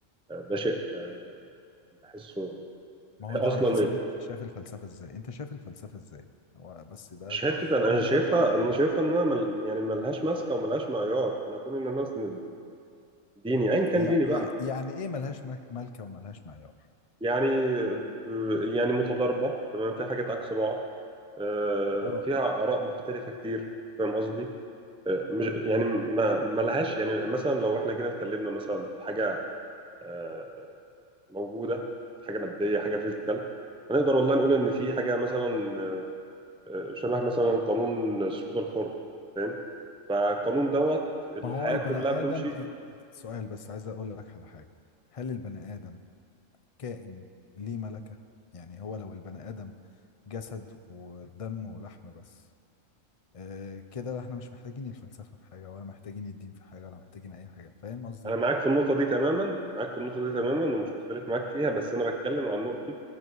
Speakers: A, in the centre; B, on the left.
A: آه، ده شيء آه، بحسه
B: ما هو
A: اصلا
B: ده على حسب
A: إيه؟
B: انت شايف الفلسفة ازاي انت شايف الفلسفة ازاي هو بس ده
A: مش حته انا أنا
B: قبل
A: شايفها
B: قبل اي حاجة
A: انا شايفها انها مل يعني ملهاش ماسكه وملهاش معيار انا كون ان انا اسند ديني ايا كان
B: يع-
A: ديني بقى
B: يع- يعني ايه ملهاش مك- ملكة وملهاش معيار
A: يعني ب- يعني متضاربة تمام في حاجات عكس بعض آه،
B: اه
A: فيها آراء مختلفة كتير فاهم قصدي؟ آه، مش يعني ما ما لهاش يعني مثلا لو احنا جينا اتكلمنا مثلا في حاجة آه، موجودة حاجة مادية حاجة فيزيكال هنقدر والله نقول إن في حاجة مثلا آه، شبه مثلا قانون السقوط الحر فاهم؟ فالقانون دوت الحياة
B: ما هو البني
A: كلها
B: ادم
A: بتمشي
B: اه، سؤال بس عايز اقول لك على حاجة هل البني ادم كائن ليه ملكة يعني هو لو البني ادم جسد ودم ولحم بس اه كده احنا مش محتاجين الفلسفة في حاجة ولا محتاجين الدين في حاجة ولا محتاجين اي حاجة فاهم قصدي
A: أنا
B: ايه؟
A: معاك في النقطة دي تماما معاك في النقطة دي تماما ومش مختلف معاك فيها بس أنا بتكلم عن نقطة